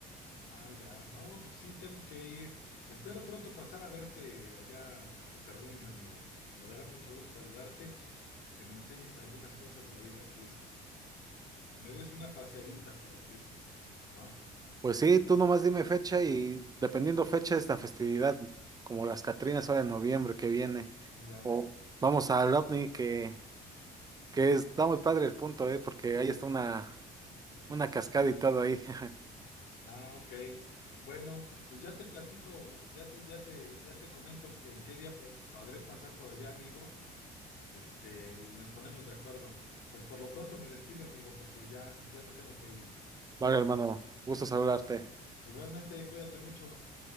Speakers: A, on the left (about 80°); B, on the right (about 20°).
A: Ah, ya. No, pues sí, tengo que ir. Espero pronto pasar a verte allá a tu terruño, amigo. Me dará mucho gusto saludarte y que me enseñes algunas cosas de ahí de Atlisco. Que me des una paseadita por Atlisco, ¿no?
B: Pues sí, tú nomás dime fecha y dependiendo fecha es la festividad, como las Catrinas ahora en noviembre que viene.
A: Ya.
B: O vamos al OVNI que Que está muy padre el punto, ¿eh? Porque ahí está una, una cascada y todo ahí. <laughs>
A: Ah, ok. Bueno, pues ya te platico, ya te, ya te, ya te comento en qué día po- podré pasar por allá, amigo. Este, y nos ponemos de acuerdo. Pues por lo pronto me despido, amigo, porque ya, ya me tengo que ir.
B: Vale, hermano, gusto saludarte.
A: Igualmente, cuídate mucho.